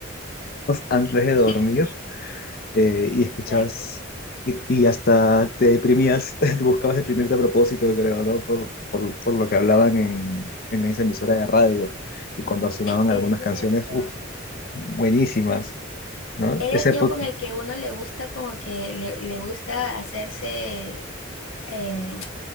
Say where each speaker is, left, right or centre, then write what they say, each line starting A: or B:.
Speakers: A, on the left (about 50°); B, on the left (about 75°).
A: <laughs> antes de dormir.
B: <laughs>
A: eh, y escuchabas
B: exacto.
A: y, y hasta te deprimías, <laughs> te buscabas deprimirte a propósito, creo, ¿no? Por, por, por lo que hablaban en, en esa emisora de radio y cuando sonaban
B: Es
A: algunas
B: cierto.
A: canciones, uff, buenísimas. ¿No?
B: Era
A: Esa
B: el tiempo
A: época,
B: en el que uno le gusta como que le, le gusta hacerse, em,